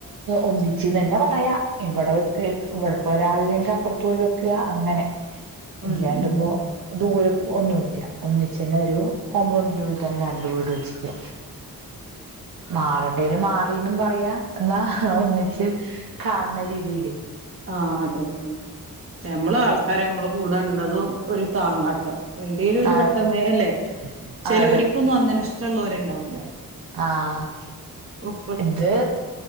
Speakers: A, on the right; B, on the right.
A: ഒന്നിച്ച് തന്നെ പറയാ ഇവിടെക്ക് ഇവിടെ ഇപ്പ ഒരാളില്ലെങ്കിൽ അപ്പുറത്ത് പോയി വെക്കുക അങ്ങനെ
B: ഉം
A: ഇല്ലാണ്ട്
B: ഉം
A: ഇപ്പോ ദൂര ഒന്നുല്ല ഒന്നിചന്നെ ഒരു കോമ്പൗണ്ടിന്റെ ഉള്ളിൽ തന്നെ രണ്ട് വീട് വെച്ചക്ക മാറണ്ടേന് മാറ പറയാ എന്നാ ഒന്നിച്ച് കാണണ രീതിൽ
B: ആഹ് അതന്നെ മ്മള് ആൾക്കാര് നമ്മള് കൂടാനള്ളതും ഒരു താങ്ങാട്ടം എന്തേലും ഒരു
A: ആ
B: പെട്ടെന്ന് അല്ലെ ചില
A: അതെ
B: ഒരിക്കൊന്നും അങ്ങനെ ഇഷ്ടമുള്ളവരുണ്ടാവൂല
A: ആഹ്‌
B: ഉം
A: ഇത്